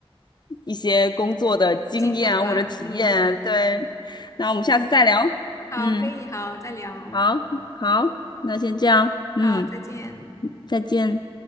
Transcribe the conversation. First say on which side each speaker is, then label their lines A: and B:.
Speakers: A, on the left; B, on the left.
A: 一些工作的经验啊或者体验啊。
B: 经验吧，嗯，
A: 对，那我们下次再聊。
B: 好，
A: 嗯，
B: 可以，好，再聊，
A: 好，好，那先这样，嗯，
B: 好，再见。
A: 再见。